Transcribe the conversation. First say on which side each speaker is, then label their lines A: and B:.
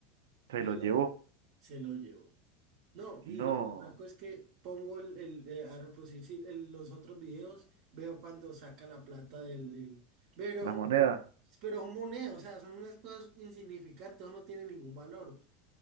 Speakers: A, on the right; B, on the right.
A: se
B: Y
A: lo
B: él
A: llevó.
B: se lo llevó. No, y
A: No,
B: lo blanco es que pongo el, el, eh, a reproducir sí, el- los otros videos, veo cuando saca la plata del, del- Pero,
A: las
B: son-
A: monedas,
B: pero son monedas, o sea, son unas cosas insignificantes, eso no tiene ningún valor.